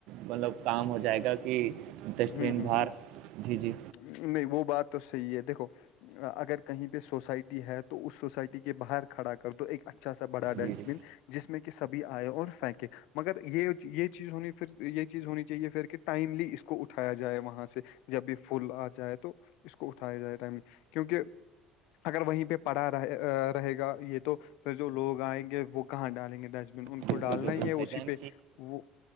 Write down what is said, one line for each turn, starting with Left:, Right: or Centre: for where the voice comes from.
Right: مطلب کام ہو جائے گا کہ ڈسٹبین
Left: ہوں ہوں
Right: بار
Left: ہ
Right: جی جی
Left: نہیں وہ بات تو صحیح ہے دیکھو اگر کہیں پہ سوسائٹی ہے تو اس سوسائٹی کے باہر کھڑا کر تو ایک اچھا سا بڑا ڈسٹ
Right: جی جی
Left: بن جس میں کہ سبھی آئے اور پھینکے مگر یہ یہ چیز ہونی پھر یہ چیز ہونی چاہیے پھر کہ ٹائملی اس کو اٹھ اٹھایا جائے وہاں سے جب بھی پھول آ جائے تو اس کو اٹھایا جائے ٹائملی کیونکہ اگر وہیں پہ پڑا رہے رہے گا یہ تو پھر جو لوگ آئ گے وہ کہاں ڈالیں گے ڈسٹ بین ان کو
Right: بالکل
Left: ڈالنا
Right: بالکل
Left: ہی
Right: بھائی
Left: ہے اسی
Right: جان
Left: پہ وہ